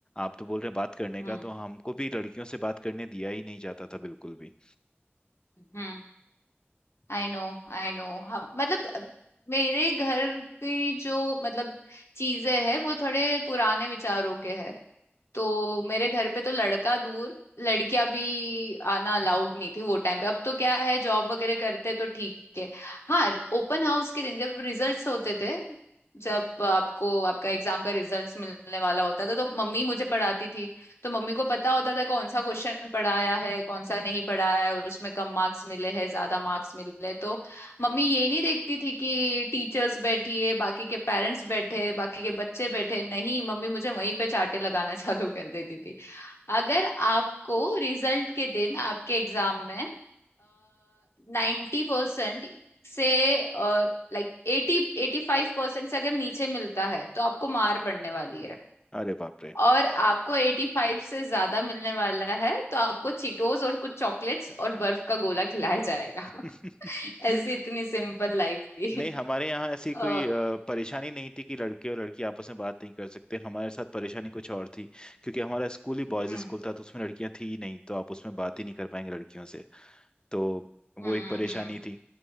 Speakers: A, on the left (about 20°); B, on the left (about 85°).
A: आप तो बोल रहे हैं बात करने
B: हम्म
A: का तो हमको भी लड़कियों से बात करने दिया ही नहीं जाता था बिल्कुल भी
B: हम्म I know I know हाँ मतलब अ, मेरे घर की जो मतलब चीजें हैं वो थोड़े पुराने विचारों के हैं तो मेरे घर पे तो लड़का दूर लड़कियां भी आना अलाउड नहीं थी वो टाइम पे अब तो क्या है जॉब वगैरह करते तो ठीक है हाँ ओपन हाउस के दिन जब रिजल्ट्स होते थे जब आपको आपका एग्जाम का रिजल्ट्स मिलने वाला होता था तो मम्मी मुझे पढ़ाती थी तो मम्मी को पता होता था कौन सा क्वेश्चन पढ़ाया है कौन सा नहीं पढ़ाया है उसमें कम मार्क्स मिले हैं ज्यादा मार्क्स मिले तो मम्मी ये नहीं देखती थी कि टीचर्स बैठी है बाकी के पेरेंट्स बैठे हैं बाकी के बच्चे बैठे हैं। नहीं मम्मी मुझे वहीं पे चांटे लगाना <laughs> चालू कर देती थी अगर आपको रिजल्ट के दिन आपके एग्जाम में नाइन्टी परसेंट से लाइक एटी एटी फाइव परसेंट से अगर नीचे मिलता है तो आपको मार पड़ने वाली है
A: अरे बाप रे
B: और आपको 85 से ज्यादा मिलने वाला है तो आपको चीटोस और कुछ चॉकलेट्स और बर्फ का गोला खिलाया जाएगा
A: <laughs>
B: <laughs> ऐसी इतनी सिंपल लाइफ थी
A: नहीं हमारे
B: <laughs>
A: यहाँ ऐसी कोई
B: ओ
A: अ, परेशानी नहीं थी कि लड़के और लड़की आपस में बात नहीं कर सकते हमारे साथ परेशानी कुछ और थी क्योंकि हमारा स्कूल ही बॉयज
B: हम्म
A: स्कूल था तो उसमें लड़कियां थी ही नहीं तो आप उसमें बात ही नहीं कर पाएंगे लड़कियों से तो वो
B: हम्म
A: एक परेशानी
B: हम्म
A: थी